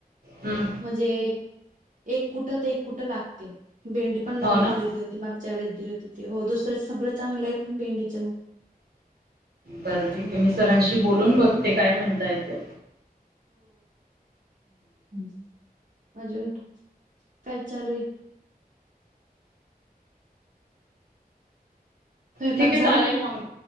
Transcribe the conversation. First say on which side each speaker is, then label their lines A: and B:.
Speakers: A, on the right (about 75°); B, on the right (about 55°).
A: हं,
B: म्हणजे एक कुठं त एक कुठं लागते भेंडी पण लावून
A: हो ना
B: बघितली होती मागच्या वेळेस हो दुसरं सगळं चांगलं आहे पण भेंडीच मग
A: बरं ठीक
B: थोडं
A: आहे मी सरांशी बोलून बघते काय म्हणताय ते.
B: ह अजून <inaudible> काय चालू आहे? स्वयंपाक
A: ठीक आहे
B: झाला
A: चालेल मग